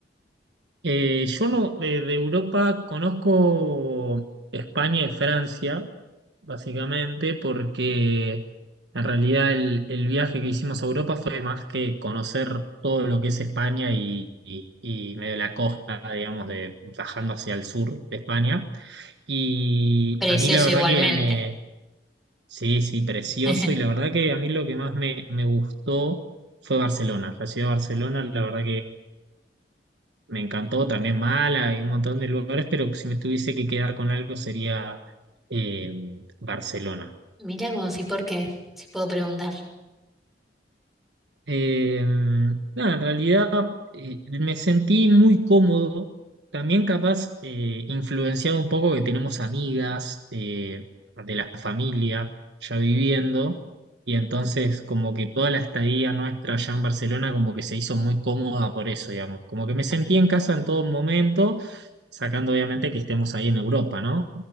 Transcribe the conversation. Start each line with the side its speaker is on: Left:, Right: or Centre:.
Right: Eh, yo no, de, de Europa conozco España y Francia, básicamente, porque en realidad el, el viaje que hicimos a Europa fue más que conocer todo lo que es España y, y- y medio la costa, digamos, de bajando hacia el sur de España. Y
Centre: Precioso
Right: a mí la verdad
Centre: igualmente.
Right: que me, sí, sí, precioso.
Centre: <laughs>
Right: Y la verdad que a mí lo que más me, me gustó fue Barcelona. La ciudad de Barcelona, la verdad me encantó también Mala y un montón de lugares, pero si me tuviese que quedar con algo sería eh, Barcelona.
Centre: Mirá vos, ¿y por qué? Si puedo preguntar.
Right: Eh, nada, en realidad eh, me sentí muy cómodo, también capaz eh, influenciado un poco que tenemos amigas eh, de la familia ya viviendo, y entonces como que toda la estadía nuestra allá en Barcelona como que se hizo muy cómoda por eso, digamos, como que me sentí
Centre: Ah,
Right: en casa en todo momento, sacando obviamente que estemos ahí en Europa, ¿no?